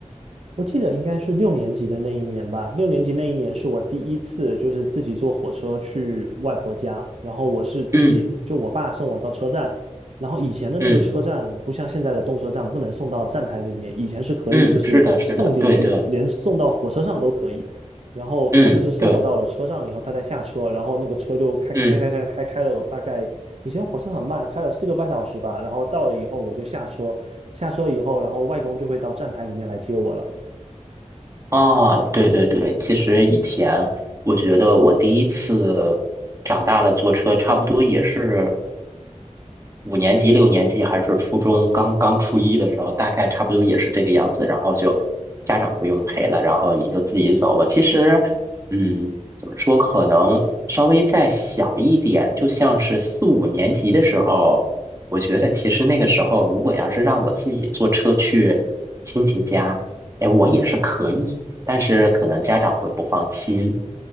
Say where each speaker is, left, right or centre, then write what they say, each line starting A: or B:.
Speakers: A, on the right (about 55°); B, on the right (about 25°).
A: 我记得应该是六年级的那一年吧。六年级那一年是我第一次，就是自己坐火车去外婆家。然后我是自己，
B: 嗯。
A: 就我爸送我到车站。然后以前的那个车站不像现在的动车站，
B: 嗯
A: 不能送到站台里面，以前是可以，
B: 嗯，
A: 就是送进去，
B: 是的，是的，对对，
A: 连送到火车上都可以。然后他就是送我到了车上以后，
B: 嗯对，
A: 他再下车，然后那个车就开开开开开开开了我大概以前火车很慢，
B: 嗯。
A: 开了四个半小时吧。然后到了以后我就下车，下车以后，然后外公就会到站台里面来接我了。
B: 啊，对对对，其实以前我觉得我第一次长大了坐车，差不多也是五年级、六年级还是初中刚刚初一的时候，大概差不多也是这个样子。然后就家长不用陪了，然后你就自己走吧。其实，嗯，怎么说，可能稍微再小一点，就像是四五年级的时候，我觉得其实那个时候，如果要是让我自己坐车去亲戚家。哎，我也是可以但是可能家长会不放心。